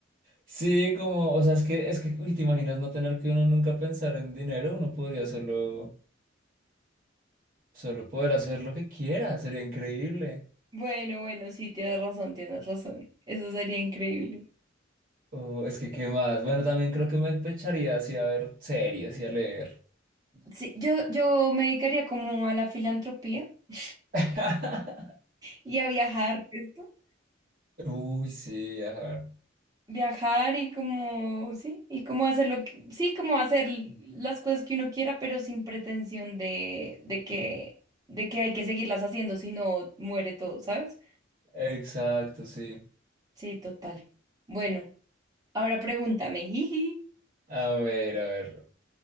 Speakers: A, on the right; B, on the right.
A: Sí, como, o sea, es que, es que, uy, te imaginas no tener que uno nunca pensar en dinero, uno podría hacerlo. Solo poder hacer lo que quiera, sería increíble.
B: Bueno, bueno, sí, tienes razón, tienes razón. Eso sería increíble.
A: O es que, ¿qué más? Bueno, también creo que me echaría así a ver series y a leer.
B: Sí, yo, yo me dedicaría como a la filantropía <laughs>
A: <laughs>
B: y a viajar, ¿esto?
A: Uy, sí, viajar.
B: Viajar y como, sí, y como hacer lo que, sí, como hacer las cosas que uno quiera, pero sin pretensión de, de que, de que hay que seguirlas haciendo, si no muere todo, ¿sabes?
A: Exacto, sí.
B: Sí, total. Bueno, ahora pregúntame, <laughs> jiji.
A: A ver, a ver.